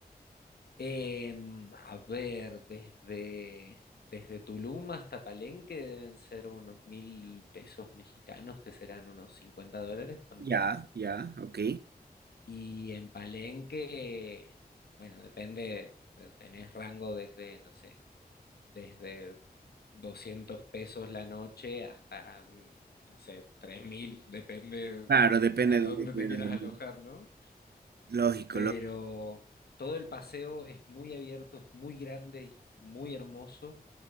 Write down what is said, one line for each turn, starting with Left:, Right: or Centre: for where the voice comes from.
Left: Em, a ver, desde, desde Tulum hasta Palenque deben ser unos mil pesos mexicanos, que serán unos 50 dólares, ponle.
Right: Ya, ya, ok.
Left: Y en Palenque, bueno, depende, eh, tenés rango desde, no sé, desde 200 pesos la noche hasta, mm, no sé, 3000, depende
Right: Claro, depende
Left: a
Right: de
Left: dónde
Right: dónde quieras
Left: te quieras
Right: dormir.
Left: alojar, ¿no?
Right: Lógico,
Left: pero
Right: lógico.
Left: todo el paseo es muy abierto, es muy grande y muy hermoso.